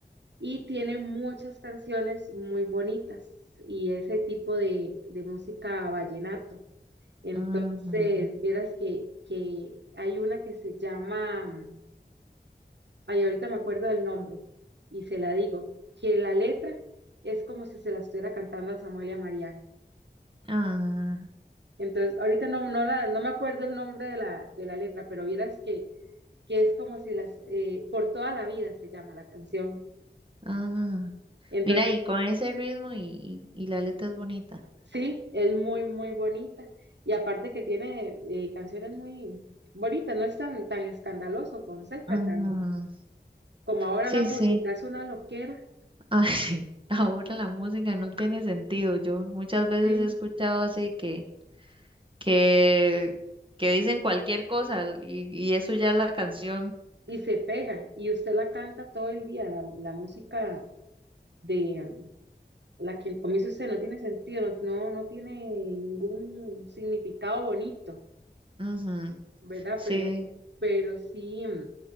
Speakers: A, on the right; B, on the right.
A: y tiene muchas canciones muy bonitas y ese tipo de, de música vallenato. Entonces,
B: Ajá.
A: vieras que, que hay una que se llama, mm, ay, ahorita me acuerdo del nombre y se la digo, que la letra es como si se la estuviera cantando a Samuel y a Mariana.
B: Ah,
A: Entonces, ahorita no, no, la, no me acuerdo el nombre de la, de la letra, pero vieras que, que es como si las, eh, por toda la vida se llama la canción.
B: ah.
A: Entonces,
B: Mira, y con ese ritmo y, y y la letra es bonita.
A: sí, es muy, muy bonita. Y aparte que tiene eh, canciones muy bonitas, no es tan, tan escandaloso, Fonseca,
B: Ajá.
A: tan Como ahora
B: Sí,
A: la música
B: sí.
A: es una loquera,
B: Ah, <laughs> sí. Ahora la música no tiene sentido. Yo muchas veces
A: Sí.
B: he escuchado así que, que, que dicen cualquier cosa y, y eso ya es la canción.
A: y se pega, y usted la canta todo el día, la, la música de mm, la que, como dice usted, no tiene sentido, no, no, no tiene ningún significado bonito,
B: Ujú.
A: ¿verdad?
B: Sí.
A: Pero, pero sí, mm,